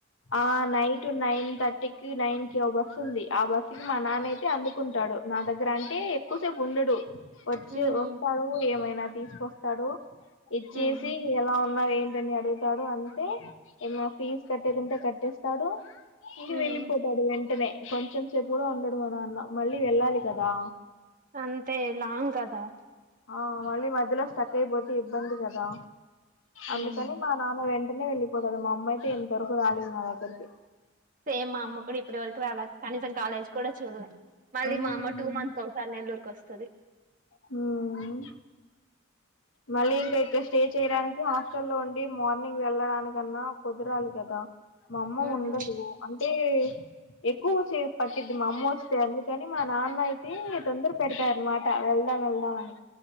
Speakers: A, on the left; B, on the right.
A: ఆ నైటు నైన్ థర్టీ కి నైన్ కి ఓ బస్ ఉంది ఆ బస్సు కి మా నానయితే అందుకుంటాడు నా దగ్గర అంటే ఎక్కువసేపు ఉండడు వచ్చి
B: హ్మ్.
A: వస్తాడు ఏమైనా తీసుకొస్తాడు ఇచ్చేసి
B: హ్మ్.
A: ఎలా ఉన్నావు ఏంటి అడుగుతాడు అంతే ఏమన్నా ఫీజ్ కట్టేది ఉంటే కట్టేస్తాడు ఇగా
B: హ్మ్.
A: వెళ్ళిపోతాడు వెంటనే కొంచెం సేపు కూడా ఉండడు మా నాన్న మళ్ళీ వెళ్ళాలి కదా
B: అంతే లాంగ్ కదా
A: ఆ మళ్ళీ మధ్యలో స్టక్ అయిపోతే ఇబ్బంది కదా
B: హ్మ్.
A: అందుకని మా నాన్న వెంటనే వెళ్ళి మా అమ్మాయితే ఇంతవరకు రాలేదు నా దగ్గరికి
B: సేమ్ మా అమ్మ కూడా ఇప్పటి వరకు రాల కనీసం కాలేజ్ కూడా చూల్లె మళ్ళీ
A: ఉమ్
B: మా అమ్మ టూ మంత్స్ ఒకసారి నెల్లూరుకి వస్తది
A: హామ్ మళ్ళీ ఇంకా ఇక్కడ స్టే చేయడానికి హాస్టల్ల్లో ఉండి మార్నింగ్ వెళ్ళడానికన్నా కుదరాలి కదా మా అమ్మ
B: హ్మ్.
A: ఉండదు అంటే ఎక్కువ సేపు పట్టిది మా అమ్మ వ అందుకని మా నాన్న అయితే తొందర పెడతారన్నమాట వెళ్దాం వెళ్దాం అని